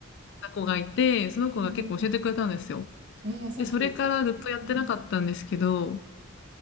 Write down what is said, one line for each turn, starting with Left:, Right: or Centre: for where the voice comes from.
Left: な子がいて、その子が結構教えてくれたんですよ。
Right: ん、えー、
Left: で、
Right: 優しい。
Left: それからずっとやってなかったんですけど、
Right: うん。